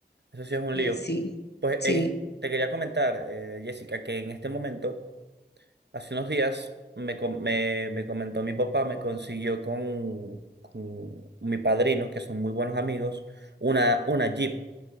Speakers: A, on the right (about 75°); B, on the left (about 70°).
A: Eso sí es un
B: Sí,
A: lío.
B: sí,
A: Pues
B: sí.
A: en es- te quería comentar, eh, Jessica, que en este momento, hace unos días, me, com- me, me comentó mi papá, me consiguió con, con mi padrino, que son muy buenos amigos, una, una Jeep.